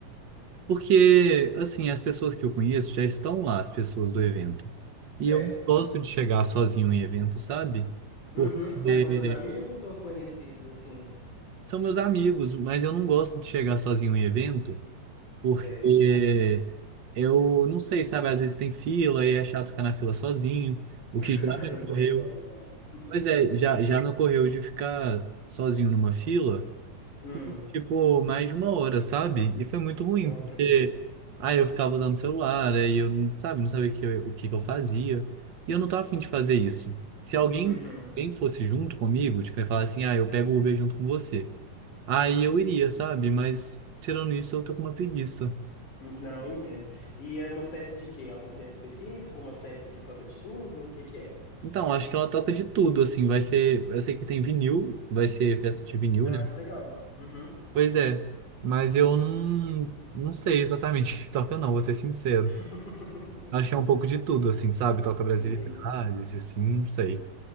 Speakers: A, on the right; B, on the left.
A: porque assim, as pessoas que eu conheço já estão lá, as pessoas do evento.
B: Certo.
A: E eu não gosto de chegar sozinho em evento, sabe?
B: Uhum.
A: Porque
B: Mas são seus amigos ou conhecidos, assim?
A: são meus amigos, mas eu não gosto de chegar sozinho em evento porque
B: Certo.
A: eu não sei, sabe? Às vezes tem fila e é chato ficar na fila sozinho, o
B: <laughs>
A: que já me
B: Eu
A: ocorreu.
B: também não gosto, não. <laughs>
A: Pois é, já, já me ocorreu de ficar sozinho numa fila,
B: Hum.
A: tipo, mais de uma hora, sabe? E foi muito ruim,
B: Nossa,
A: porque
B: que horror.
A: aí eu ficava usando o celular, aí eu, não- sabe, não sabia o que eu, o que que eu fazia. E eu não tava afim de fazer isso. Se alguém,
B: Uhum.
A: alguém fosse junto comigo, tipo, ia falar assim, ah, eu pego o Uber junto com você. Aí eu iria, sabe? Mas tirando isso, eu tô com uma preguiça.
B: Não, eu entendo. E é uma festa de quê? Algum tema específico? Uma festa que toca de tudo? O que que é?
A: Então, acho que ela toca de tudo, assim, vai ser, eu sei que tem vinil, vai ser festa de vinil,
B: Ah,
A: né?
B: que legal. Uhum.
A: Pois é, mas eu não, não sei exatamente <laughs> o que toca não, vou ser sincero.
B: <laughs>
A: Acho que é um pouco de tudo, assim, sabe? Toca brasilidades,
B: Entendi.
A: assim, não sei.